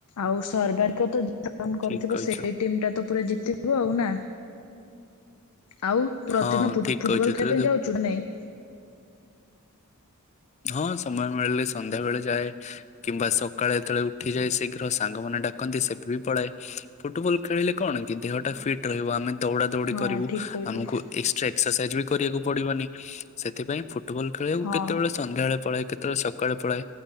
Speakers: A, on the left (about 85°); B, on the left (about 30°).
A: ଆଉ ସର୍ବାରିକ ତ ରନ୍
B: ଠିକ
A: କରିଥିବ
B: କହିଛୁ
A: ସେଇ ଟିମ୍ ଟା ତ ପୁରା ଜିତିବ ଆଉ ନା। ଆଉ ପ୍ରତିଦିନ
B: ହଁ
A: ଫୁଟ୍
B: ଠିକ
A: ଫୁଟବଲ୍
B: କହିଛୁ
A: ଖେଳିବା
B: ତୋର
A: ପାଇଁ
B: ତୁ
A: ଯାଉଛୁ ନା ନାଇଁ?
B: ହଁ ସମୟ ମିଳିଲେ ସନ୍ଧ୍ୟା ବେଳେ ଯାଏ। କିମ୍ବା ସକାଳେ ଯେତେବେଳେ ଉଠିଯାଏ ଶୀଘ୍ର ସାଙ୍ଗମାନେ ଡାକନ୍ତି ସେବେ ବି ପଳାଏ। ଫୁଟବଲ୍ ଖେଳିଲେ କଣ କି ଦେହଟା ଫିଟ୍ ରହିବ। ଆମେ ଦୌଡାଦୌଡି
A: ହଁ
B: କରିବୁ।
A: ଠିକ କହିଲୁ
B: ଆମକୁ ଏକ୍ସଟ୍ରା ଏକ୍ସରସାଇଜ୍ ବି କରିବାକୁ ପଡିବନି। ସେଥିପାଇଁ ଫୁଟବଲ୍ ଖେଳିବାକୁ
A: ହଁ
B: କେତେବେଳେ ସନ୍ଧ୍ୟା ବେଳେ ପଳାଏ। କେତେବେଳେ ସକାଳେ ପଳାଏ।